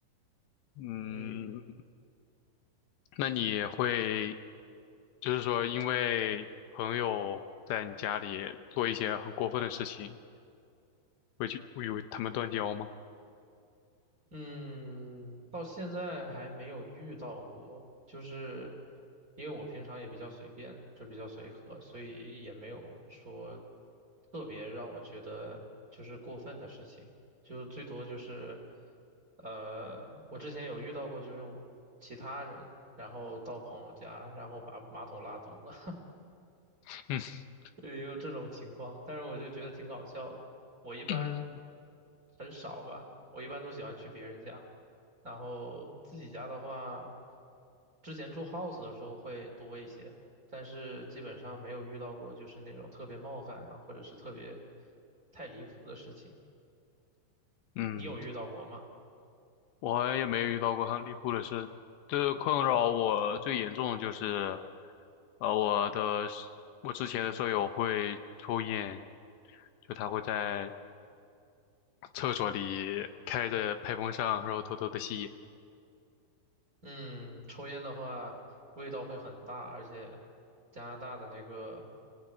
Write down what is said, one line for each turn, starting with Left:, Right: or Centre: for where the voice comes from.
Left: 嗯，
Right: 嗯。
Left: 那你会就是说，因为朋友在你家里做一些很过分的事情，会去会与他们断交吗？
Right: 嗯，到现在还没有遇到过，就是因为我平常也比较随便，就比较随和，所以也没有说特别让我觉得就是过分的事情，就是最多就是，呃，我之前有遇到过，就是我其他人，然后到朋友家，然后把马桶拉堵了。
Left: <laughs>
Right: 也有这种情况，但是我就觉得挺搞笑的。我一般
Left: 嗯
Right: 很少吧，我一般都喜欢去别人家，然后自己家的话，之前住 house 的时候会多一些，但是基本上没有遇到过就是那种特别冒犯啊，或者是特别太离谱的事情。
Left: <clears throat> 嗯。
Right: 你有遇到过吗？
Left: 我也没遇到过很离谱的事，就是困扰我最严重的就是，呃，我的室我之前的舍友会抽烟，就他会在 <clears throat> 厕所里开着排风扇，然后偷偷的吸烟。
Right: 嗯，抽烟的话味道会很大，而且加拿大的那个，